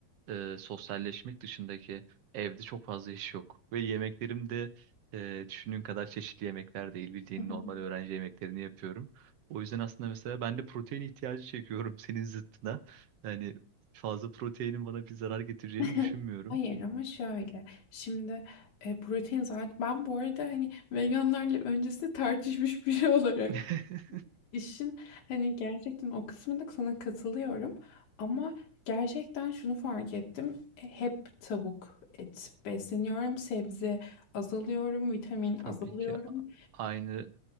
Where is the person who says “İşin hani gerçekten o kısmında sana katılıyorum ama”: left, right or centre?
Left